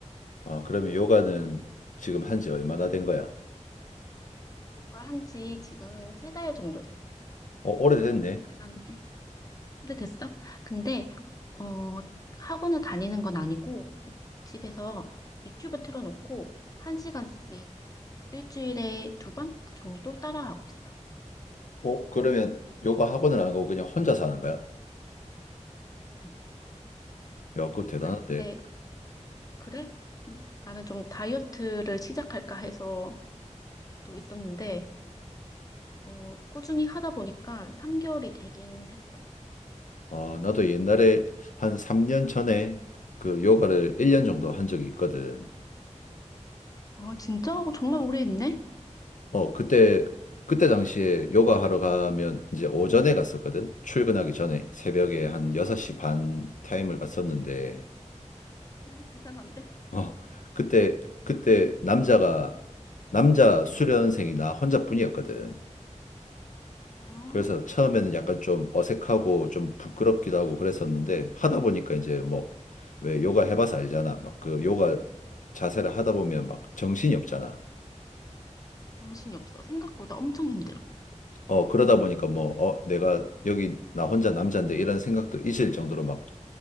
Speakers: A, on the left; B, on the left.
A: 아, 그러면 요가는 지금 한지 얼마나 된 거야?
B: 요가 한지 지금 세 달 정도 됐어.
A: 어, 오래됐네.
B: 그런데, 오래됐어? 근데, 어, 학원을 다니는 건 아니고, 집에서 유튜브 틀어놓고, 한 시간씩 일주일에 두 번 정도 따라하고 있어.
A: 어, 그러면 요가 학원을 안 가고 그냥 혼자 사는 거야? 야,
B: 음.
A: 그거 대단한데.
B: 원래 그래? 음, 나는 좀 다이어트를 시작할까 해서 또 있었는데, 어, 꾸준히 하다 보니까 3개월이 되긴 했어.
A: 아, 나도 옛날에 한 3년 전에 그 요가를 1년 정도 한 적이 있거든.
B: 아, 진짜? 어, 정말 오래 했네?
A: 어, 그때, 그때 당시에 요가 하러 가면 이제 오전에 갔었거든. 출근하기 전에 새벽에 한 6시 반 타임을 갔었는데,
B: 정말 대단한데?
A: 어, 그때, 그때 남자가, 남자 수련생이 나 혼자뿐이었거든.
B: 어,
A: 그래서 처음에는 약간 좀 어색하고 좀 부끄럽기도 하고 그랬었는데, 하다 보니까 이제 뭐, 왜 요가 해봐서 알잖아. 막 그 요가 자세를 하다 보면 막 정신이 없잖아.
B: 정신이 없어. 생각보다 엄청 힘들어.
A: 어, 그러다 보니까 뭐, 어, 내가 여기 나 혼자 남자인데 이런 생각도 있을 정도로 막